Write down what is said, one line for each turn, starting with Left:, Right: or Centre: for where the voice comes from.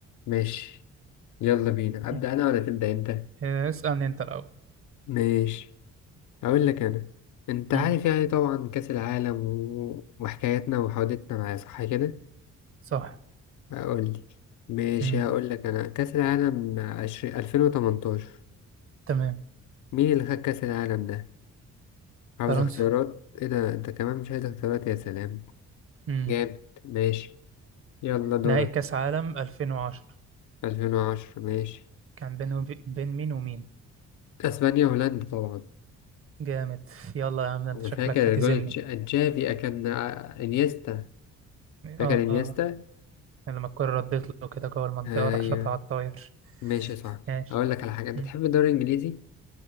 Left: ماشي يلا بينا ابدا
Right: مم.
Left: انا ولا تبدا انت
Right: إيه، اسألني أنت الأول
Left: ماشي اقول لك انا انت عارف
Right: مم.
Left: يعني طبعا كاس العالم و... وحكاياتنا وحوادثنا معاه صح كده
Right: صح
Left: اقول لي ماشي
Right: مم.
Left: هقول لك انا كاس العالم عشر... 2018
Right: تمام
Left: مين اللي خد كاس العالم ده عاوز
Right: فرنسا
Left: اختيارات ايه ده انت كمان مش عايز اختيارات يا سلام
Right: مم.
Left: جامد ماشي يلا دورك
Right: نهائي كأس عالم 2010
Left: 2010 ماشي
Right: كان بين وبي... بين مين ومين؟
Left: اسبانيا وهولندا طبعا
Right: جامد يلا يا عم ده
Left: انا
Right: أنت شكلك
Left: فاكر
Right: هتزمني
Left: جول تش- تشافي كان آه، انيستا فاكر
Right: آه
Left: انيستا
Right: آه. لما الكرة ردت له كده جوه المنطقة
Left: ايوه
Right: راح شاطها على الطاير
Left: ماشي صح
Right: ماشي
Left: هقول لك على حاجه انت
Right: مم.
Left: تحب الدوري الانجليزي